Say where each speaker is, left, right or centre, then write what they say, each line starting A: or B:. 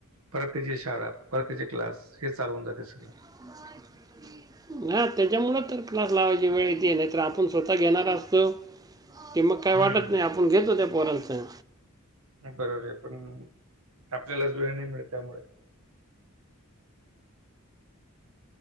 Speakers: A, on the right; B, on the right.
A: परत त्याची शाळा परत त्याचे क्लास हे चालु होऊन जाते सगळं
B: <unintelligible> हा त्याच्यामुळंच तर क्लास लावायची वेळ येते नाही तर आपण स्वतः घेणार असतो की मग काय
A: हम्म
B: वाटत नाही आपण घेतो त्या पोरांचं
A: नाही बरोबर आहे पण आपल्यालाच वेळ नाही मिळत त्यामुळे